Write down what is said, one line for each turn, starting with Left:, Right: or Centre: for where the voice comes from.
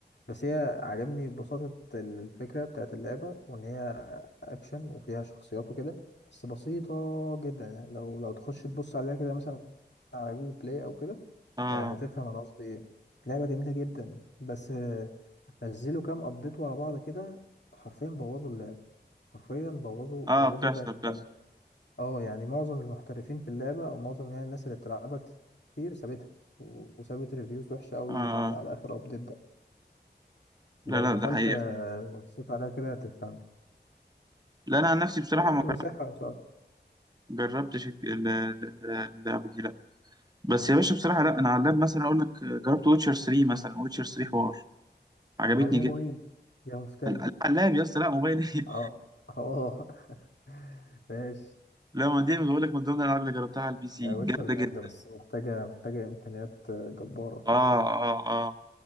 Left: بس هي عجبني ببساطه الفكره بتاعت اللعبه وان هي اكشن وفيها شخصيات وكده بس بسيطه جدا يعني لو لو تخش تبص عليها كده مثلا على جوجل بلاي او كده
Right: اه
Left: آه، هتفهم انا قصدي ايه لعبه جميله جدا بس آه، نزلوا كام ابديت ورا بعض كده حرفيا بوظوا اللعبه حرفيا بوظوا
Right: اه
Left: بوظوا
Right: بتحصل
Left: اللعبه
Right: بتحصل
Left: فعلا اه يعني معظم المحترفين في اللعبة او معظم يعني الناس اللي بتلعبها كتير سابتها و- وسابت ريفيوز وحشة قوي
Right: اه
Left: على اخر ابديت ده
Right: لا
Left: لو
Right: لا
Left: دخلت
Right: ده حقيقي
Left: آه،
Right: فعلا.
Left: وبصيت عليها كده هتفهمني
Right: لا انا عن نفسي بصراحه
Left: انا
Right: ما
Left: كنت مساحة
Right: جربتش الج- ال- ال- اللعبه دي لا بس يا باشا بصراحه لا انا على اللاب مثلا اقول لك جربت ويتشر 3 مثلا ويتشر 3 حوار عجبتني
Left: على الموبايل
Right: جدا
Left: يا مفتري
Right: على اللاب يا اسطى لا موبايل ايه
Left: اه اه <laughs> ماشي
Right: <laughs> لا ما دي بقول لك من ضمن الالعاب اللي جربتها على البي سي
Left: ويتشر
Right: جامده
Left: جامدة
Right: جدا
Left: بس محتاجة محتاجة امكانيات آه، جبارة
Right: اه اه اه